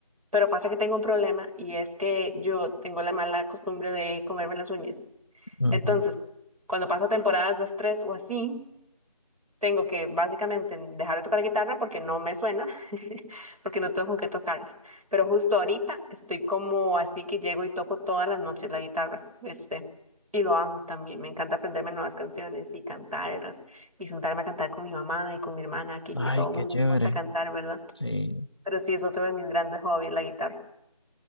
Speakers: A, on the right; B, on the left.
A: pero pasa que tengo un problema y es que yo tengo la mala costumbre de comerme las uñas.
B: ujú.
A: Entonces, cuando paso temporadas de estrés o así, tengo que básicamente dejar de tocar la guitarra porque no me suena, <laughs> porque no tengo con qué tocarla. Pero justo ahorita estoy como así que llego y toco todas las noches la guitarra, este, y lo amo también. Me encanta aprenderme nuevas canciones y cantarlas y sentarme a cantar con mi mamá y con mi hermana aquí,
B: Ay,
A: que todo
B: qué
A: el mundo
B: chévere,
A: le gusta cantar, ¿verdad?
B: sí,
A: Pero sí es otro de mis grandes hobbies, la guitarra.